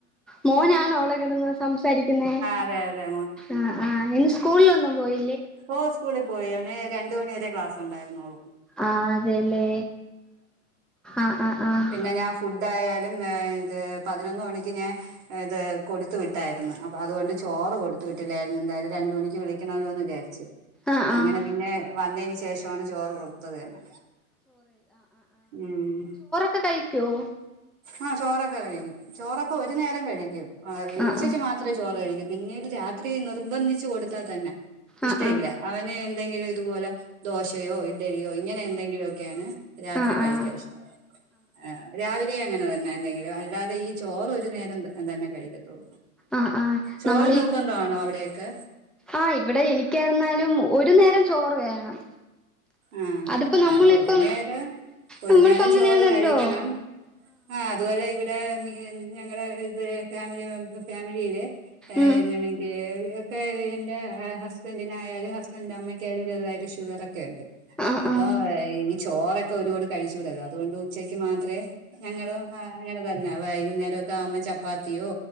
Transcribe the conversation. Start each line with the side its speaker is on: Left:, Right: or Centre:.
Centre: മോനാാണ് അവിടെ കിളുന്നത് സംസാരിക്കുന്നേ
Right: അതെ അതെ
Centre: ആഹ് ആഹ് <unintelligible> സ്കൂളിലൊന്നും പോയി
Right: ഓഹ് സ്കൂളിൽ പോയി ന്നെ രണ്ടു മണിവരെ ക്ലാസ് ഉണ്ടായിരുന്നൊളൂ.
Centre: ആഹ്അ തെലെ ആഹ് ആഹ് ആഹ്
Right: പിന്നെ ഞാൻ ഫുഡായാലും ഏഹ് ഇത് പതിനൊന്ന് മണി ക്ക്നേ ഏഹ് ഇത് കൊടുത്തു വിട്ടായിരുന്ന്. അപ്പൊ അതുകൊണ്ട് ചോറ് കൊടുത്ത് വിട്ടില്ലായിരുന്നു എന്തായാലും രണ്ടു മണിക്ക് വിളിക്കണല്ലോ ന്ന് വിചാരിച്ച്.
Centre: ആഹ്
Right: അങ്ങനെ
Centre: ആഹ്
Right: പിന്നെ വന്നയ്ന് ശേഷമാണ് ചോറ് കൊടുത്തത് തന്നെ. ഉം
Centre: ക്കെ കഴിക്കുവോ?
Right: ആഹ് ചോറ ക്കെ കഴിക്കും. ചോറൊക്കെ ഒരു നേരം കഴിക്കും ഏഹ് ഉച്ചക്ക്
Centre: ആഹ്
Right: മാത്രമേ ചോറ് കഴിക്കൂ പിന്നീട് രാ ത്രി നിർബന്ധിച്ചു കൊടുത്താ തന്നെ. ഇഷ്ട
Centre: ആഹ്
Right: ഇല്ല അവന് എന്തെങ്കിലു ഇതുപോലെ ദോശ് യോ ഇടരിയോ ഇങ്ങനെ എന്തെങ്കിലൊ ഒക്കെയാണ് രാത്രി
Centre: ആഹ് ആഹ്
Right: കഴിക്ക
Centre: ആഹ്
Right: അശ് ആഹ് രാവിലെ അങ്ങനെ തന്നെ എന്തെങ്കിലും അല്ലാതെ ഈ ചോറ് ഒരു നേരം തന്നെ കഴിക്കും
Centre: ആഹ് ആഹ്
Right: ചോര
Centre: നമ്മളീ
Right: നിർബന്ധവാണോ അവിടെ ക്കെ
Centre: ആഹ് ഇവിടെ എനിക്കായിരുന്നാലും ഒരു നേരം ചോറ് വേണം
Right: ആഹ്
Centre: അതിപ്പോ നമ്മളിപ്പം
Right: അല്ല ഒരു നേരം ഒരു
Centre: നമ്മളിപ്പോ
Right: നേരം
Centre: അങ്ങനെയാണല്ലോ
Right: ചോറ് കഴിക്കണം ആഹ് അതവല്ല ഇവി <unintelligible> ഞങ്ങളെ ഇത് ഫാമിലി ഫാമിലിയില് എ
Centre: ഉം
Right: എങ്ങനെങ്ക ഒക്കെ എന്റെ ഹസ് ഹസ്ബൻറിനായാലും ഹസ്ബന്റിന്റെ അമ്മക്കായലും ചെറ്തായിട്ട് ഷുഗറൊക്കെ ഇണ്ട്
Centre: ആഹ്
Right: അപ്പൊ
Centre: ആഹ്
Right: ഈ ചോറ ക്കൊരോട് കഴിച്ചൂടല്ലോ അതുകൊണ്ട് ഉച്ചയ്ക്ക് മാത്രേ ഞങ്ങളും ആഹ് തന്ന വൈകുന്നേരൊക്കെ ആവുമ്പ ചപ്പാത്തിയോ